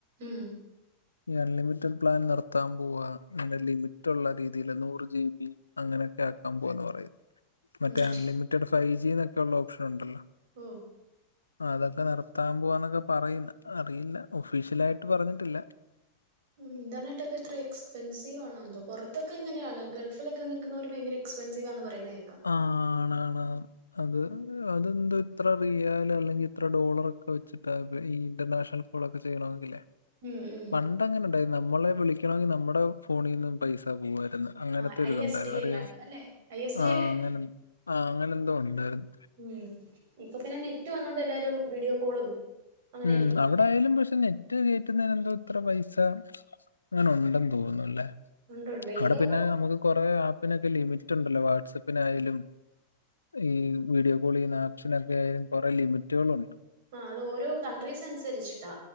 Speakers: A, on the right; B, on the left.
A: ഉം
B: ഈ അൺലിമിറ്റഡ് പ്ലാൻ നിർത്താൻ പോവാ നിങ്ങൾ ലിമിറ്റുള്ള രീതിയില് നൂറ് ജി ബി അങ്ങനെയൊക്കെ ആക്കാൻ പോവന്ന് പറയുന്നു മറ്റേ
A: നഷ്
B: അൺലിമിറ്റഡ് ഫൈവ് ജി ന്നൊക്കെ ള്ള ഓപ്ഷനുണ്ടല്ലോ
A: ഓ
B: അതൊക്കെ നിർത്താൻ പോവാന്നൊക്കെ പറയുന്ന് അറിയില്ല ഒഫീഷ്യലായിട്ട് പറഞ്ഞിട്ടില്ല
A: ഉം ഇന്റർനെറ്റ് ഒക്കെ ഇത്ര എക്സ്പെൻസീവ് ആണോ ന്തോ പൊർത്തൊക്കെ എങ്ങനെയാണ് ഗൾഫിലൊക്കെ നി ക്ക്ന്നോര് ഭയങ്കര എക്സ്പെൻസിവാന്ന് പറയുന്നെ കേക്കാ
B: ആണാണ് അത് അത് ന്ത ഇത്ര റിയാല് അല്ലെങ്കി ഇത്ര ഡോളറൊക്കെ വെച്ചിട്ടാപ്പൊ ഈ ഇന്റർനാഷ കോളൊക്കെ ചെയ്യണമെങ്കില്ലേ
A: ഉം ഉം
B: പണ്ടങ്ങനെണ്ടായിര്ന്ന് നമ്മളെ വിളിക്കണമെങ്കിൽ നമ്മടെ ഫോണീന്നും പൈസ പോവായിര്ന്ന്. അങ്ങനത്തെരിതുണ്ടായിരു
A: ആ ഐ എസ് ഡി
B: അറിയോ
A: എങ്ങാണ്ട് അല്ലെ ഐ എസ് ഡി
B: ആഹ്
A: അല്ലേ അത്?
B: അങ്ങനെ ആഹ് അങ്ങനെ എന്തോ ഉണ്ടായിര്ന്ന്
A: ഉം ഇപ്പൊ പിന്നെ നെറ്റ് വന്നോണ്ട് എല്ലാരും വീഡിയോ കോളും അങ്ങനെയൊക്കെ
B: ഉം അ ഇവ്ടയിലും പക്ഷെ നെറ്റ് കേറ്റുന്നേനെന്ത ഇത്ര പൈസ അങ്ങനെ ഉണ്ടെന്ന് തോന്നുന്നു ലെ
A: ഉണ്ട് ഉണ്ട് ഇന്ത്യയില്
B: ആടെ പിന്നെ നമുക്ക് കൊറേ ആപ്പിനൊക്കെ ലിമിറ്റ് ണ്ടല്ലോ വാട്സാപ്പിനായാലും ഈ വീഡിയോ കോളെയ്യുന്ന ആപ്പ്സിനൊക്കെ കൊറേ ലിമിറ്റുകളുണ്ട്
A: ആഹ് അതോരോ കൺട്രീസ് അനുസരിച്ച്ട്ടാ